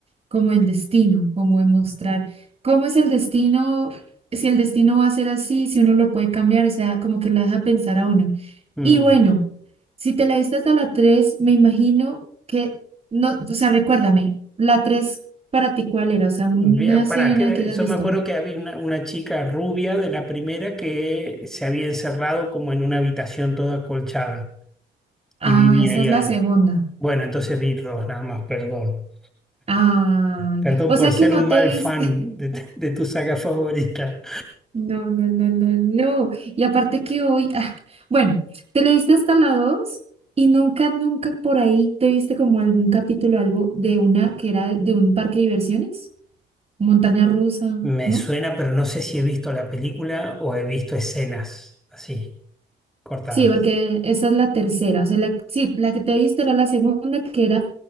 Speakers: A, on the right; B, in the centre.
A: como el destino, como de mostrar cómo es el destino, si el destino va a ser así, si uno lo puede cambiar, o sea, como que la deja pensar a uno.
B: Mm.
A: Y bueno, si te la diste hasta la 3 me imagino que, no, o sea, recuérdame, la 3 para ti cuál era, o sea, una
B: Bien,
A: escena
B: Pará, que era-
A: que hayas
B: yo
A: visto.
B: me acuerdo que había una, una chica rubia de la primera que se había encerrado como en una habitación toda acolchada
A: Ah,
B: y vivía
A: esa
B: ahí
A: es
B: adentro.
A: la segunda.
B: Bueno, entonces vi dos nada más, perdón.
A: Ay,
B: Perdón
A: o
B: por
A: sea que
B: ser
A: no
B: un
A: te
B: mal
A: viste.
B: fan de, de tu saga favorita.
A: No, no, no, no, no. Y aparte que hoy, ah, bueno, te leíste hasta la 2 y nunca, nunca por ahí te viste como algún capítulo, algo de una que era de un parque de diversiones, montaña rusa,
B: Me
A: ¿no?
B: suena, pero no sé si he visto la película o he visto escenas así, cortadas.
A: Sí, porque esa es la tercera. O sea, la, sí, la que te viste era la segunda, que era